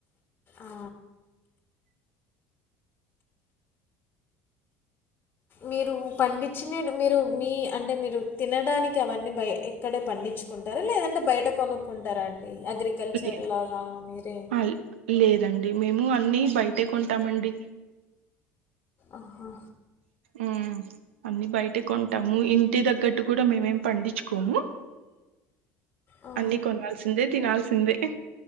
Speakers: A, on the left (about 35°); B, on the right (about 85°).
A: ఆ. మీరు పండించిన మీరు మీ అంటే మీరు తినడానికి అవన్నీ బయ ఎక్కడే పండించుకుంటారు లేదంటే బయట కొనుక్కుంటారండి అగ్రికల్చర్
B: లేదు.
A: లాగా మీరే
B: ఆ! లేదండి. మేము అన్ని బయటే కొంటామండి
A: ఆహా
B: ఉమ్ అన్ని బయట కొంటాము ఇంటి తగ్గట్టు కూడా మేమేం పండించుకోము
A: ఆ.
B: అన్ని కొనాల్సిందే తినాల్సిందే